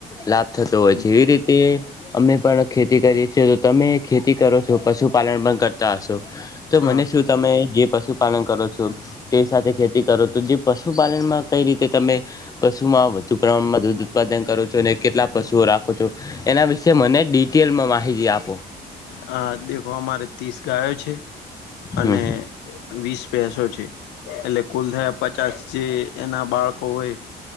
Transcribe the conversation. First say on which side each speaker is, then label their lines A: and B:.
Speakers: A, on the left (about 20°); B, on the left (about 85°).
A: લાભ થતો હોય
B: હા
A: છે. એવી રીતે અમે પણ ખેતી કરીએ છીએ. તો તમે ખેતી કરો છો, પશુપાલન પણ કરતા હશો. તો મને
B: હા
A: શું તમે જે પશુપાલન કરો છો તે સાથે ખેતી કરો. તો જે પશુપાલનમાં કંઈ રીતે તમે પશુમાં વધુ પ્રમાણમાં દૂધ ઉત્પાદન કરો છો, અને કેટલા પશુઓ રાખો છો, એના વિશે મને ડિટેલમાં માહિતી આપો.
B: હા દેખો. અમારે તીસ ગાયો છે.
A: હમ
B: અને વીસ ભેંસો છે. એટલે કુલ થયા પચાસ જે એના ના બાળકો હોય,